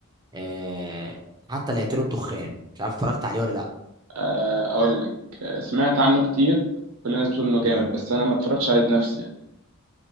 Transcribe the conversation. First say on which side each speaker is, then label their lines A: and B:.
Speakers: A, on the right (about 20°); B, on the right (about 80°).
A: آه حتى لا يطير الدخان مش عارف اتفرجت عليه ولا لا
B: آه اقول لك آه سمعت عنه كتير كل الناس بتقول انه جامد
A: مم.
B: بس انا ما اتفرجتش عليه بنفسي يعني